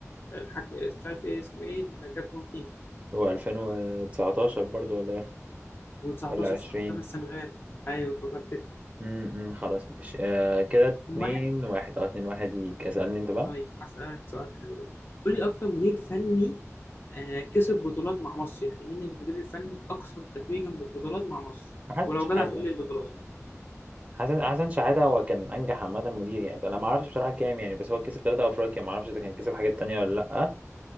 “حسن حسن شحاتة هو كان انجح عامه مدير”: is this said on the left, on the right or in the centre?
Right